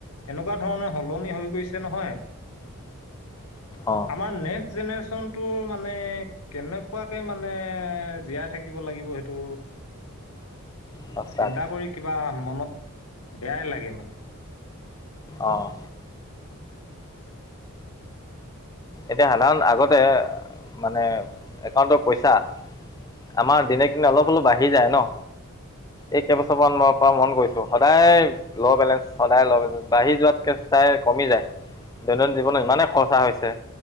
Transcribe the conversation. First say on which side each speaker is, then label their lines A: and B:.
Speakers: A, on the left; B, on the left.
A: এনেকুৱা ধৰণে সলনি হৈ গৈছে নহয়।
B: অঁ
A: আমাৰ নেক্স জেনেৰে্চনটো মানে । মানে কেনেকুৱাকে মানে জীয়াই থাকিব লাগিব সেইটো।
B: সঁচাত
A: চিন্তা কৰি কিবা মনত বেয়াই লাগে মানে
B: অঁ এতিয়া সাধাৰণ আগতে মানে একাউণ্টৰ পইচা- আমাৰ দিনে দিনে অলপ হলপ বাঢ়ি যায় ন। এই কেইবছৰমানানৰ পৰা মন কৰিছো সদায় ল বেলেঞ্চ সদায় ল বেলেঞ্চ বাঢ়ি যোৱাতকে- চাই কমি যায় দৈনন্দিন জীৱনত ইমানেই খৰচা হৈছে।